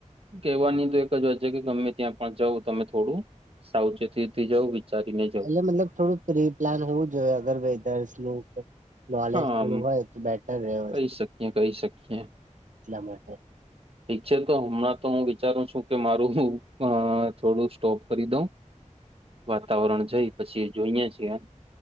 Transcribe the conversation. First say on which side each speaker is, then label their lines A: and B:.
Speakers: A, on the right (about 50°); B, on the right (about 80°).
A: કહેવાની તો એક જ વાત છે કે ગમે ત્યાં પણ જાવ તમે થોડું સાવચેતીથી જવું વિચારીને
B: એટલે
A: જવું
B: મતલબ થોડું પ્રી પ્લાન હોવું જોઈએ અગર વેધરનું કે નોલેજ
A: હા
B: થોડું
A: આમ
B: હોય તો બેટર રહે એ વસ્તુ
A: કહી શકીએ કહી શકીએ
B: એટલા માટે
A: ઠીક છે તો હમણાં તો હું વિચારું છું. કે મારુ અ થોડું સ્ટોપ કરી દઉં વાતાવરણ જઈ પછી જોઈએ છીએ.